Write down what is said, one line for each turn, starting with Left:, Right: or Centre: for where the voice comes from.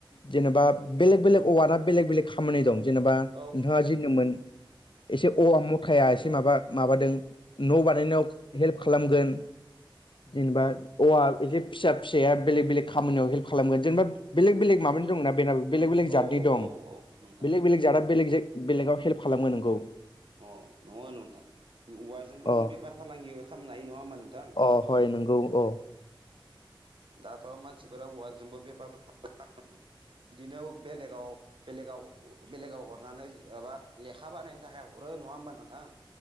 Left: जेनेबा बेलेग बेलेग अवाना बेलेग बेलेग खामानि दं जेनेबा
Right: औ
Left: नोंथाङा जि नमोन एसे औवा मथाया एसे माबा माबादों न' बानायनायाव हेल्प खालामगोन। जेनेबा औवा एसे फिसा फिसाया बेलेग बेलेग खामानियाव हेल्प खालामगोन जेनेबा बेलेग बेलेग माबानि दंना बेन बेलेग बेलेग
Right: औ
Left: जातनि दं
Right: औ उम
Left: बेलेग बेलेग जादा बेलेग बेलेगाव हेल्प खालामो नंगौ।
Right: अ नङा नोंथां औवाजोंबो
Left: अ
Right: जों बेफार फालांगि खालामनो हायो नङा होमबा नोंथां?
Left: अ हय नोंगौ औ
Right: दाथ' मानसिफोरा औवाजोंबो बेफार <unintelligible> बिदिनो बेलेगाव बेलेगाव बेलेगाव हरनानै माबा लेखा बानायनो थाखाय हरो नङा होमबा नोंथां?